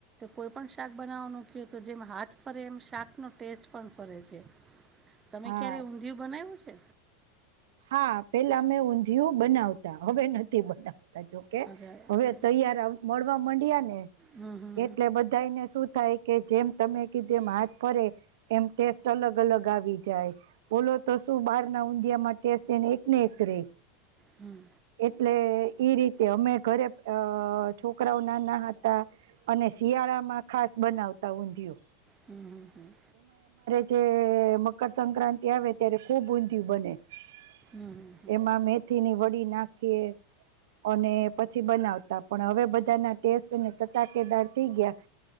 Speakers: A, on the right; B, on the right.
A: કોઈ પણ શાક બનાવવાનું કે તો જેમ હાથ ફરે એમ શાકનો ટેસ્ટ પણ ફરે છે. તમે
B: હા
A: ક્યારે ઊંધિયું બનાયવું છે.
B: હા પેલા મે ઊંધિયું બનાવતા હવે નથી બતા તા જોકે
A: અચ્છા એટલે
B: હવે તૈયાર આવ મળવા માંડ્યા ને.
A: હમ હમ
B: એટલે બધાય ને શું થાય. કે જેમ તમે કીધું એમ હાથ ફરે એમ ટેસ્ટ અલગ અલગ આવી જાય. બોલો તો શું બાર ના ઊંધિયામાં ટેસ્ટ એને એક એક રેય.
A: હમ હમ હમ
B: એટલે એ રીતે અમે ઘરે અ છોકરાઓ ના ના હતા. અને શિયાળા માં ખાસ બનાવતા ઊંધિયું.
A: હમ હમ હમ.
B: તે મકરસંક્રાંતિ આવે ત્યારે ખૂબ ઊંધયું બને. એમાં
A: હમ હમ
B: મેથીની વડી નાખીએ. અને પછી બનાવતા પણ હવે બધાના ટેસ્ટ અને ચટાકેદાર થઈ ગયા.